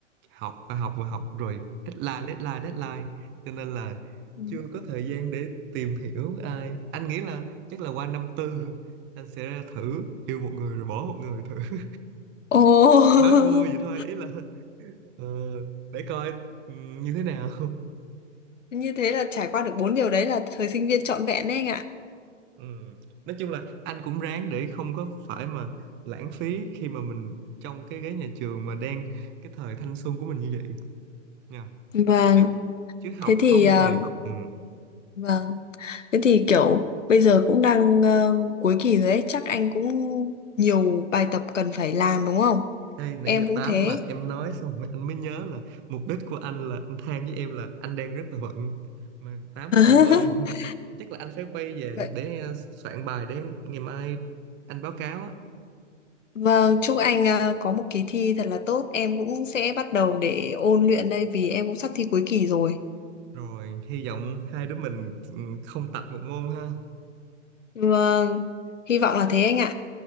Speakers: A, on the right; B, on the left.
A: học và học và học rồi deadline deadline deadline cho nên là
B: Ừ.
A: chưa có thời gian để tìm hiểu ai anh nghĩ là chắc là qua năm tư anh sẽ ra thử yêu một người rồi bỏ một người thử <laughs>
B: Ồ. <laughs>
A: nói vui vậy thôi ý là ờ, để coi ừ, như thế nào
B: Như thế là trải qua được bốn điều đấy là thời sinh viên trọn vẹn đấy anh ạ.
A: Ừ. Nói chung là anh cũng ráng để không có phải mà lãng phí khi mà mình trong cái ghế nhà trường mà đang cái thời thanh xuân của mình như vậy nha.
B: Vâng,
A: Chứ học
B: thế thì
A: không
B: à,
A: thì ừ.
B: vâng, thế thì kiểu bây giờ cũng đang ờ, cuối kỳ rồi ấy, chắc anh cũng nhiều bài tập cần phải làm đúng không?
A: Đây nãy
B: Em
A: giờ
B: cũng
A: 8
B: thế.
A: mà em nói xong rồi anh mới nhớ là mục đích của anh là anh than với em là anh đang rất là bận mà 8
B: <laughs>
A: mà anh quên. <laughs> Chắc là anh phải quay về
B: Vậy.
A: để ờ, soạn bài để ngày mai anh báo cáo á.
B: Vâng, chúc anh ờ, có một kỳ thi thật là tốt, em cũng sẽ bắt đầu để ôn luyện đây vì em cũng sắp thi cuối kỳ rồi.
A: Rồi hy vọng hai đứa mình ừ, không tập một môn ha.
B: Vâng, hy vọng là thế anh ạ.